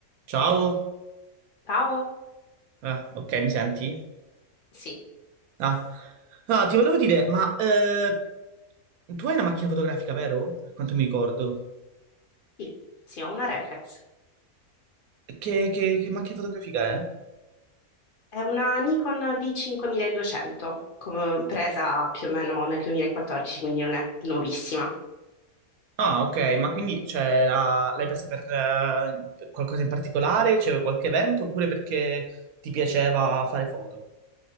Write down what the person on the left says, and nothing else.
Ciao?
Sì,
sì, sì, ho una reflex.
È una Nikon D5200, co- presa più o meno nel 2014, quindi non è nuovissima.